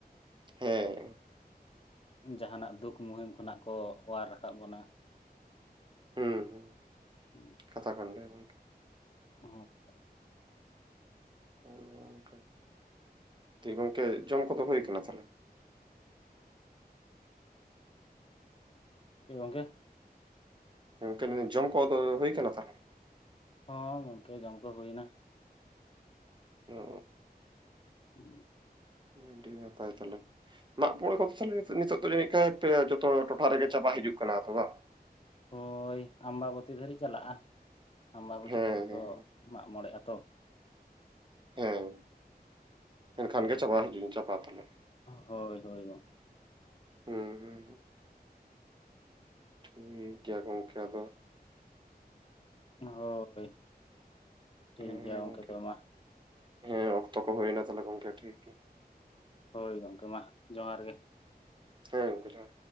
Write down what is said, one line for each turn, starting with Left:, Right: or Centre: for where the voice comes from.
Right: ᱦᱮᱸ
Left: ᱡᱟᱦᱟᱱᱟᱜ ᱫᱩᱠᱷ ᱢᱩᱦᱤᱢ ᱠᱷᱚᱱᱟᱜ ᱠᱚ ᱚ‌ᱣᱟᱨ ᱨᱟᱠᱟᱵ ᱵᱚᱱᱟ᱾
Right: ᱦᱩᱸ ᱦᱩᱸ᱾
Left: ᱦᱩᱸ,
Right: ᱠᱟᱛᱷᱟ ᱠᱟᱱ ᱜᱮᱭᱟ ᱜᱚᱝᱠᱮ᱾
Left: ᱦᱳᱭ, <unintelligible>
Right: ᱦᱳᱭ ᱜᱚᱝᱠᱮ᱾ ᱫᱤᱭᱮ ᱜᱚᱝᱠᱮ ᱡᱚᱢ ᱠᱚᱫᱚ ᱦᱩᱭ ᱠᱟᱱᱟ ᱛᱟᱞᱦᱮ?
Left: ᱪᱮᱜ ᱜᱚᱝᱠᱮ?
Right: ᱜᱚᱝᱠᱮ ᱞᱟᱹᱭᱫᱟᱹᱧ ᱡᱚᱢ ᱠᱚ ᱫᱚ ᱦᱩᱭ ᱠᱟᱱᱟ ᱛᱟᱦᱞᱮ?
Left: ᱦᱚᱸ ᱜᱚᱝᱠᱮ ᱡᱚᱢ ᱠᱚ ᱦᱩᱭᱱᱟ᱾
Right: ᱚᱻ
Left: ᱴ <unintelligible>
Right: ᱟᱰᱤ ᱱᱟᱯᱟᱭ ᱛᱟᱦᱞᱮ᱾ ᱢᱟᱜ ᱢᱚᱲᱮ ᱠᱚᱫᱚ ᱛᱟᱦᱞᱮ ᱱᱤᱛᱚᱜ ᱫᱚ ᱡᱟᱹᱱᱤᱡ ᱠᱷᱟᱱ ᱡᱚᱛᱚ ᱴᱚᱴᱷᱟ ᱨᱮᱜᱮ ᱪᱟᱵᱟ ᱦᱤᱡᱩᱜ ᱠᱟᱱᱟ ᱛᱚ ᱵᱟᱝ?
Left: ᱦᱳᱭ ᱟᱢᱵᱟᱵᱚᱛᱤ ᱫᱷᱟᱹᱨᱤᱡ ᱪᱟᱞᱟᱜᱼᱟ᱾ ᱟᱢᱵᱟᱵᱚᱛᱤ
Right: ᱦᱮᱸ
Left: ᱫᱷᱟᱹᱨᱤᱡ
Right: ᱦᱮᱸ
Left: ᱠᱚ ᱢᱟᱜ ᱢᱚᱲᱮᱜᱼᱟ ᱛᱚ᱾
Right: ᱦᱮᱸ, ᱮᱱᱠᱷᱟᱱ ᱜᱮ ᱪᱟᱵᱟ ᱦᱤᱡᱩᱜ ᱪᱟᱵᱟᱜ ᱛᱟᱞᱦᱮ
Left: ᱦᱳᱭ ᱦᱳᱭ ᱜᱚᱝᱠᱮ,
Right: ᱦᱮᱸ ᱦᱮᱸ ᱴᱷᱤᱠ ᱜᱮᱭᱟ ᱜᱚᱝᱠᱮ ᱟᱫᱚ
Left: ᱦᱳᱭ ᱴᱷᱤᱠ
Right: ᱦᱮᱸ
Left: ᱜᱮᱭᱟ ᱜᱚᱢᱠᱮ
Right: ᱜᱚᱝᱠᱮ
Left: ᱛᱚᱵᱮ ᱢᱟ᱾
Right: ᱦᱮᱸ ᱚᱠᱛᱚ ᱠᱚ ᱦᱩᱭᱱᱟ ᱛᱟᱦᱚᱞᱮ ᱜᱚᱝᱠᱮ ᱴᱷᱤᱠ ᱜᱮᱭᱟ
Left: ᱦᱳᱭ ᱜᱚᱝᱠᱮ ᱢᱟ ᱡᱚᱦᱟᱨ ᱜᱮ᱾
Right: ᱦᱳᱭ <unintelligible>